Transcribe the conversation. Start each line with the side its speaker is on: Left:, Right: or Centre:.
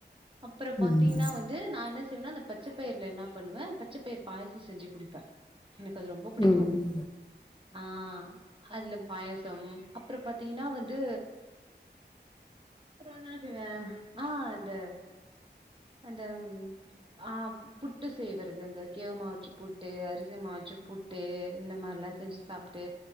Right: அப்றோ பாத்திங்னா
Left: ம் ம்
Right: வந்து நா என்ன செய்வனா அந்தப் பச்சப்பயிர்ல என்னா பண்ணுவே பச்சப்பயிர் பாயாசோ செஞ்சி குடிப்பே எனக்கு அது ரொம்ப புடிக்கு
Left: ம்
Right: ஆ அதுல பாயாசோ அப்றோ பாத்திங்னா வந்து வேற இன்னா செய்வே ஆ அந்த அந்த ஆ புட்டு சேவரது அந்த கேவ்ரு மா வச்சு புட்டு அரிசி மா வச்சு புட்டு இந்த மார்லா செஞ்சி சாப்ட்டு